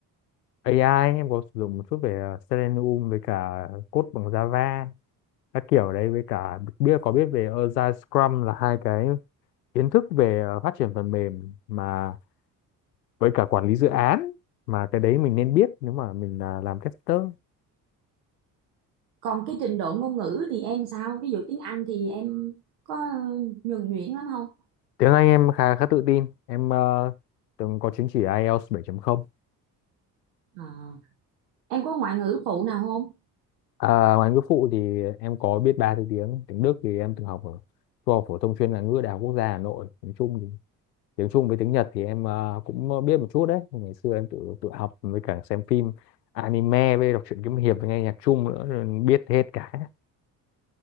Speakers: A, on the left (about 75°); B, on the right (about 70°).
A: AI, em có sử dụng một chút về ờ, Selenium với cả code bằng Java các kiểu đấy với cả biết có biết về Agile Scrum là hai cái kiến thức về ờ, phát triển phần mềm mà với cả quản lý dự án mà cái đấy mình nên biết nếu mà mình là làm tester
B: còn cái trình độ ngôn ngữ thì em sao? Ví dụ tiếng Anh thì em có nhuần nhuyễn lắm không?
A: tiếng Anh em khá khá tự tin em ờ, từng có chứng chỉ IELTS 7.0
B: À, em có ngoại ngữ phụ nào không?
A: à, ngoại ngữ phụ thì em có biết ba thứ tiếng tiếng Đức thì em từng học ở trung học phổ thông chuyên ngoại ngữ Đại học Quốc gia Hà Nội nói chung thì tiếng Trung với tiếng Nhật thì em ờ, cũng biết một chút đấy ngày xưa em tự tự học với cả xem phim anime với đọc truyện kiếm hiệp với nghe nhạc Trung nữa rồi biết hết cả